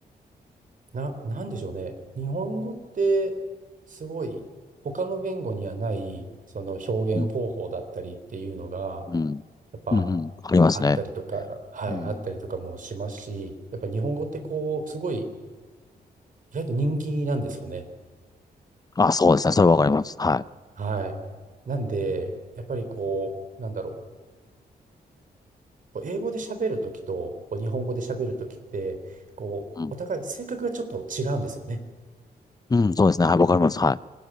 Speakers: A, on the right; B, on the left.
A: な、なんでしょうね。日本語って、すごい、他の言語にはない、その表現方法だったりっていうのが、
B: うん。うん。
A: やっぱ
B: うんうんありますね。
A: あったりとか、はい、
B: うん。
A: あったりとかもしますし、やっぱ日本語ってこう、すごい意外と人気なんですよね。
B: あ、そうですね。それわかります。はい。
A: はい。なんで、やっぱりこう、なんだろう。こう英語で喋るときと、こう日本語で喋るときって、こう、
B: うん。
A: お互い性格がちょっと違うんですよね。
B: うん、そうですね。はい、わかります。はい。